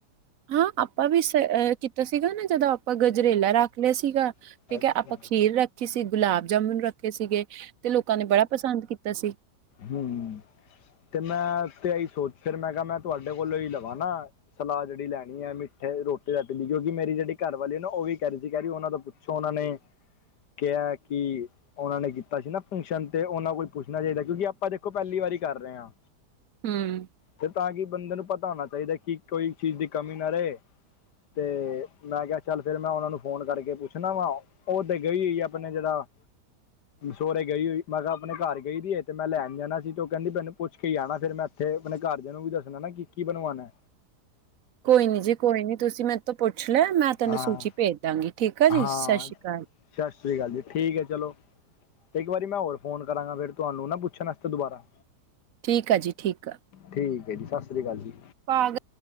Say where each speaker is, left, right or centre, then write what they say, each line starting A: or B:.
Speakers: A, on the right; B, on the left.
A: ਹਾਂ, ਆਪਾਂ ਵੀ ਸਹ ਕੀਤਾ ਸੀਗਾ ਨਾ ਜਦੋਂ ਆਪਾਂ ਗਜਰੇਲਾ ਰੱਖ ਲਿਆ ਸੀਗਾ।
B: 'ਚ
A: ਠੀਕ
B: ਅੱਛਾ
A: ਹੈ, ਆਪਾਂ ਖੀਰ ਰੱਖੀ ਸੀ। ਗੁਲਾਬ ਜਾਮੁਨ ਰੱਖੇ ਸੀਗੇ ਤੇ ਲੋਕਾਂ ਨੇ ਬੜਾ ਪਸੰਦ ਕੀਤਾ ਸੀ।
B: ਹਮ! ਤੇ ਮੈਂ ਤੇ ਆਹੀ ਸੋਚ ਫਿਰ ਮੈਂ ਕਿਹਾ- ਮੈਂ ਤੁਹਾਡੇ ਕੋਲੋਂ ਹੀ ਲਵਾਂ ਨਾ! ਸਲਾਦ ਜਿਹੜੀ ਲੈਣੀ ਹੈ। ਮਿੱਠੇ ਰੋਟੀ ਦਾ ਪੀਲੀ ਕਿਉਂਕਿ ਮੇਰੀ ਜਿਹੜੀ ਘਰ ਵਾਲੀ ਨਾ ਉਹ ਵੀ ਕਹਿ ਰਹੀ ਸੀ। ਕਹਿ ਰਹੀ, ਉਹਨਾਂ ਤੋਂ ਪੁੱਛੋ ਉਹਨਾਂ ਨੇ ਕਿਹਾ ਕਿ ਉਹਨਾਂ ਨੇ ਕੀਤਾ ਸੀ ਨਾ ਫੰਕਸ਼ਨ ਤੇ ਉਹਨਾਂ ਕੋਈ ਪੁੱਛਣਾ ਚਾਹੀਦਾ। ਕਿਉਂਕਿ ਆਪਾਂ ਦੇਖੋ ਪਹਿਲੀ ਵਾਰੀ ਕਰ ਰਹੇ ਹਾਂ।
A: ਹਮ
B: ਤੇ ਤਾਂ ਕਿ ਬੰਦੇ ਨੂੰ ਪਤਾ ਹੋਣਾ ਚਾਹੀਦਾ ਕਿ ਕੋਈ ਚੀਜ਼ ਦੀ ਕਮੀ ਨਾ ਰਹੇ ਤੇ ਮੈਂ ਕਿਹਾ ਚੱਲ ਫਿਰ ਮੈਂ ਉਹਨਾਂ ਨੂੰ ਫੋਨ ਕਰਕੇ ਪੁੱਛਣਾ ਵਾ ਉਹ ਤੇ ਗਈ ਹੋਈ ਆਪਣੇ ਜਿਹੜਾ ਸਹੁਰੇ ਗਈ ਹੋਈ ਮੈਂ ਕਿਹਾ ਆਪਣੇ ਘਰ ਗਈ ਦੀ ਤੇ ਮੈਂ ਲੈਣ ਜਾਣਾ ਸੀ ਤੇ ਉਹ ਕਹਿੰਦੀ ਮੈਨੂੰ ਪੁੱਛ ਹੀ ਆਉਣਾ ਫਿਰ ਮੈਂ ਤੇ ਆਪਣੇ ਘਰਦਿਆਂ ਨੂੰ ਵੀ ਦੱਸਣਾ ਨਾ ਕੀ ਕੀ ਬਣਵਾਣਾ
A: ਕੋਈ ਨਹੀਂ ਜੀ ਕੋਈ ਨਹੀਂ ਤੁਸੀਂ ਮੇਰੇ ਤੋਂ ਪੁੱਛ ਲੈ ਮੈਂ ਤੁਹਾਨੂੰ
B: ਹਾਂ
A: ਸੂਚੀ ਭੇਜ ਦਾਂਗੀ ਠੀਕ ਆ ਜੀ
B: ਹਾਂ
A: ਸਤਿ ਸ਼੍ਰੀ ਅਕਾਲ
B: ਸਤਿ ਸ੍ਰੀ ਅਕਾਲ ਜੀ ਠੀਕ ਹੈ ਚਲੋ ਤੇ ਇੱਕ ਵਾਰੀ ਮੈਂ ਹੋਰ ਫੋਨ ਕਰਾਂਗਾ ਫੇਰ ਤੁਹਾਨੂੰ ਨਾ ਪੁੱਛਣ ਵਾਸਤੇ ਦੁਬਾਰਾ
A: ਠੀਕ ਆ ਜੀ ਠੀਕ ਆ
B: ਠੀਕ ਐ ਜੀ, ਸਤਿ ਸ੍ਰੀ ਕਾਲ ਜੀ।
A: ਪਾਗ